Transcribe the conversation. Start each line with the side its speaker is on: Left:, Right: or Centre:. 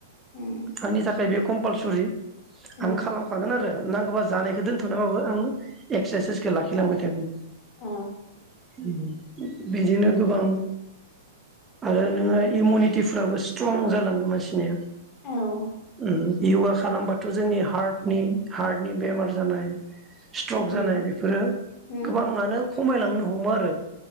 Left: उम
Right: आंनि थाख थाखाय बेयो कमपालसरि।
Left: उम
Right: आं खालामखागोन आरो नांगौबा जानायखौ दोनथनानैबाबो आं एक्सासाइसखौ लाखिलांबाय थागोन।
Left: अ
Right: उम बिदिनो गोबां आरो नोङो इमुनिटिफ्राबो स्ट्रं जालाङो मानसिनिया।
Left: औ
Right: नो यगा खालामबाथ' जोंनि हार्टनि हार्टनि बेमार जानाय स्ट्रक
Left: उम
Right: जानाय बेफोरो
Left: उम
Right: गोबाङानो खमायलांनो हम हमो आरो